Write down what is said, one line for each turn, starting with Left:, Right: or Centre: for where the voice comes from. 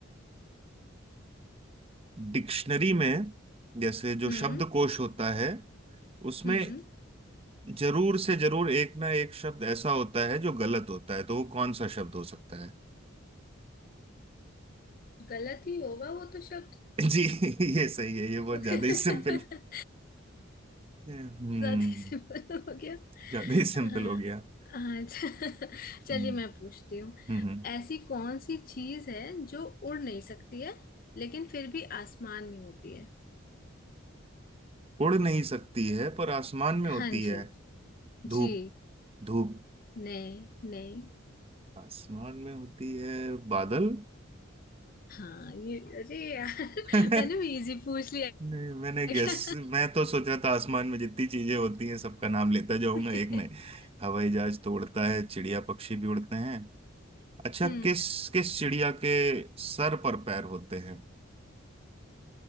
Right: डिक्शनरी में जैसे जो
Left: हम्म
Right: शब्दकोश होता है उसमें
Left: हम्म
Right: जरूर से जरूर एक ना एक शब्द ऐसा होता है जो गलत होता है तो वो कौन सा शब्द हो सकता है
Left: गलत ही होगा वो तो शब्द
Right: <laughs> जी ये सही है ये
Left: <laughs> ज्यादा
Right: बहुत ज्यादा ही सिंपल ये, हम्म
Left: सिंपल हो गया
Right: ज्यादा ही
Left: हाँ
Right: सिंपल हो गया
Left: हाँ, अच्छा <laughs> चलिए
Right: हम्म
Left: मैं पूछती हूँ
Right: हम्म हम्म।
Left: ऐसी कौन सी चीज है जो उड़ नहीं सकती है लेकिन फिर भी आसमान में होती है
Right: उड़ नहीं सकती है पर आसमान में होती
Left: हाँ
Right: है
Left: जी
Right: धूप
Left: जी
Right: धूप
Left: नहीं नहीं
Right: आसमान में होती है बादल
Left: हाँ ये अरे यार <laughs>
Right: <laughs>
Left: मैंने भी इजी पूछ लिया
Right: नहीं मैंने गेस
Left: क्या
Right: मैं तो सोच रहा था आसमान में जितनी चीजें होती हैं सबका नाम लेता जाऊंगा
Left: <laughs>
Right: एक में हवाई जहाज तो उड़ता है चिड़िया पक्षी भी उड़ते हैं अच्छा
Left: हम्म
Right: किस किस चिड़िया के सर पर पैर होते हैं